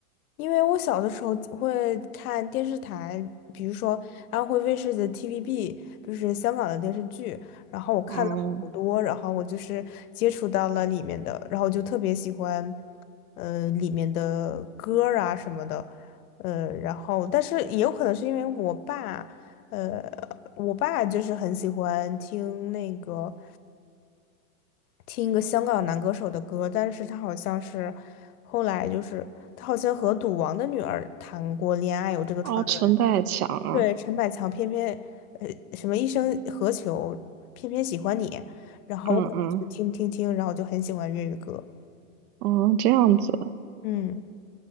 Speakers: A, on the left; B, on the right.
A: 因为我小的时候会看电视台，比如说安徽卫视的 TVB，就是香港的电视剧，然后我看了好多，
B: 嗯，
A: 然后我就是接触到了里面的，然后我就特别喜欢，呃，里面的歌儿啊什么的，呃，然后但是也有可能是因为我爸，呃，我爸就是很喜欢听那个。听一个香港男歌手的歌，但是他好像是后来就是他好像和赌王的女儿谈过恋爱，有这个传闻。
B: 哦，陈百强啊，
A: 对，陈百强偏偏呃什么一生何求，偏偏喜欢你，然后我可能就听听听，
B: 嗯嗯
A: 然后就很喜欢粤语歌。
B: 哦，这样子，
A: 嗯，